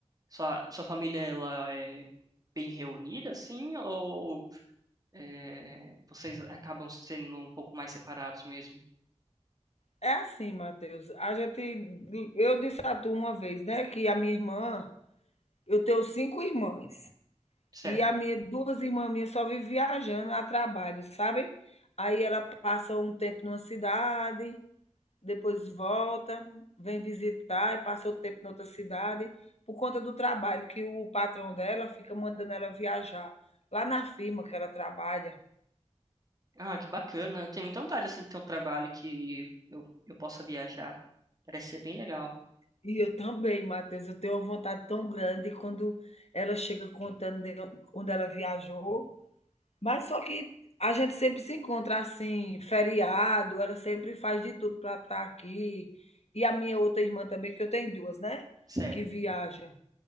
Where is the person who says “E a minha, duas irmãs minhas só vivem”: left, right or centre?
Left